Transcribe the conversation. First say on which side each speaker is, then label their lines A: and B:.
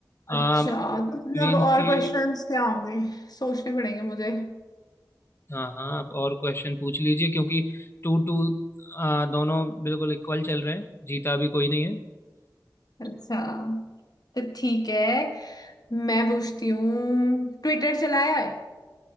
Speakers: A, on the left; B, on the left.
A: आ,
B: अच्छा तो मतलब
A: मीन्स
B: और
A: कि
B: क्वेश्चंस क्या होंगे सोचने पड़ेंगे मुझे
A: हाँ हाँ आप और क्वेश्चन पूछ लीजिए क्योंकि टू टू दोनों बिल्कुल इक्वल चल रहे हैं जीता भी कोई नहीं है
B: अच्छा तो ठीक है मैं पूछती हूँ ट्विटर चलाया है